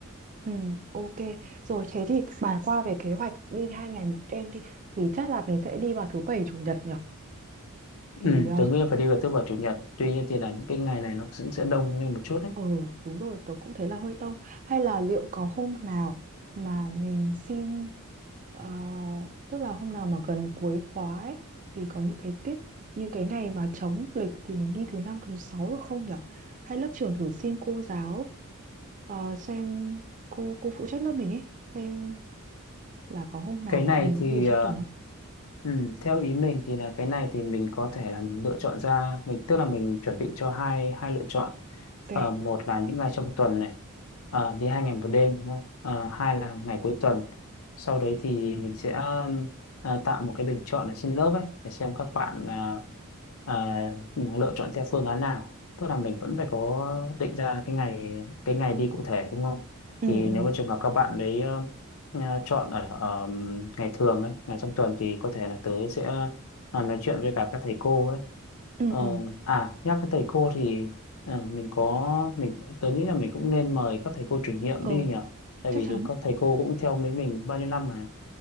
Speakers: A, on the right; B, on the left.
A: Ừ, ok. Rồi thế thì bàn qua về kế hoạch đi hai ngày một đêm đi. Thì chắc là mình sẽ đi vào thứ bảy chủ nhật nhỉ? Thì
B: Ừ,
A: ờ,
B: tớ nghĩ là phải đi vào thứ bảy chủ nhật tuy nhiên thì là những cái ngày này nó cũng sẽ đông lên một chút đấy
A: Ừ đúng rồi tớ cũng thấy là hơi đông Hay là liệu có hôm nào mà mình xin ờ, Tức là hôm nào mà gần cuối khóa ấy, Thì có những cái tiết Những cái ngày mà trống lịch Thì mình đi thứ năm thứ sáu được không nhở Hay lớp trưởng thử xin cô giáo ờ, Xem cô cô phụ trách lớp mình ấy Xem là có hôm nào
B: cái
A: bọn
B: này
A: mình
B: thì
A: đi ở
B: ờ,
A: trong tuần không
B: Ừ, theo ý mình thì là cái này thì mình có thể là mình lựa chọn ra mình tức là mình chuẩn bị cho hai hai lựa chọn
A: Ok
B: Ờ, một là những ngày trong tuần này ờ, đi hai ngày một đêm đúng không Ờ, hai là ngày cuối tuần sau đấy thì mình sẽ ừm, à, tạo một cái bình chọn ở trên lớp ấy để xem các bạn à, à, lựa chọn theo phương án nào tức là mình vẫn phải có định ra cái ngày cái ngày đi cụ thể đúng không
A: Ừ
B: thì
A: ừ
B: nếu mà trường hợp các bạn đấy ờ, Nhà chọn ở, ở ngày thường ấy, ngày trong tuần thì có thể là tớ sẽ à, nói chuyện với cả các thầy cô ấy.
A: ừ
B: Ờ,
A: ừ
B: à nhắc đến thầy cô thì ờ, mình có mình tớ nghĩ là mình cũng nên mời các thầy cô chủ nhiệm
A: Ờ
B: đi nhỉ. Tại
A: chắc
B: vì rồi
A: chắn
B: các thầy cô cũng theo mấy mình bao nhiêu năm mà.